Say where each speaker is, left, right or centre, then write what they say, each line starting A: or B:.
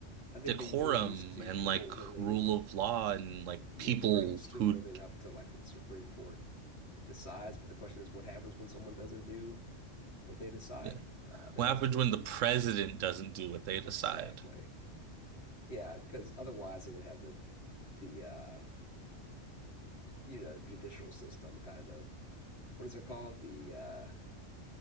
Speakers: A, on the left (about 60°); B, on the right (about 85°).
A: I think
B: decorum
A: they usually are used to
B: and
A: people
B: like
A: really,
B: rule of law and like
A: yeah,
B: people
A: people are used to
B: who
A: living up to like what the Supreme Court decides. But the question is, what happens when someone doesn't do what they decide?
B: yeah.
A: Uh, that
B: What
A: hasn't
B: happens
A: really
B: when
A: been
B: the president doesn't do what they decide?
A: exactly. Yeah, because otherwise they're gonna have the the uh, you know, judicial system kind of what is it called? The uh, what